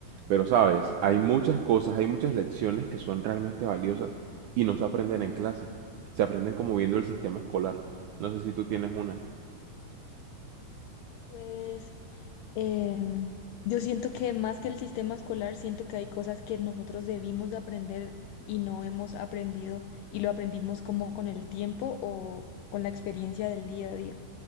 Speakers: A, on the right; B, on the left.
A: Pero sabes,
B: Exacto.
A: hay muchas cosas, hay muchas lecciones que son realmente valiosas y no se aprenden en clase. Se aprenden como viendo el sistema escolar. No sé si tú tienes una.
B: Pues em, yo siento que más que el sistema escolar, siento que hay cosas que nosotros debimos de aprender y no hemos aprendido y lo aprendimos como con el tiempo o con la experiencia del día a día.